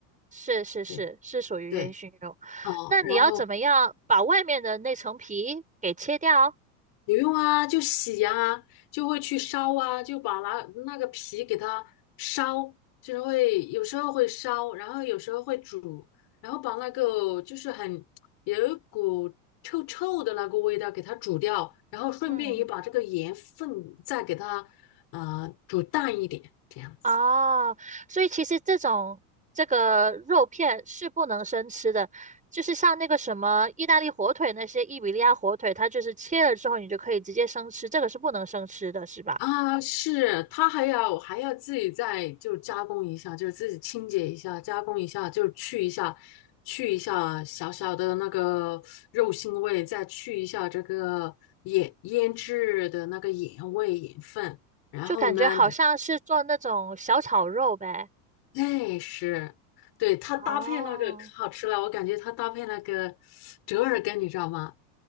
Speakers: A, on the right; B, on the left.
A: 是是是是属于烟熏肉。
B: 对对，哦，
A: 那你要怎么样把外面的那层皮给切掉？
B: 然后不用啊，就洗啊，就会去烧啊，就把那那个皮给它烧，就是会有时候会烧，然后有时候会煮，然后把那个就是很有一股臭臭的那个味道给它煮掉，然后顺便也把这个盐分再给它啊煮淡一点，
A: 嗯。
B: 这样。
A: 哦，所以其实这种这个肉片是不能生吃的，就是像那个什么意大利火腿那些伊比利亚火腿，它就是切了之后你就可以直接生吃，这个是不能生吃的，是吧？
B: 啊，是，它还要还要自己再就加工一下，就是自己清洁一下，加工一下，就是去一下，去一下小小的那个肉腥味，再去一下这个盐腌制的那个盐味盐分，然后呢，
A: 就感觉好像是做那种小炒肉呗。
B: 你哎是，对它搭配那个可好吃了，
A: 哦，
B: 我感觉它搭配那个折耳根，你知道吗？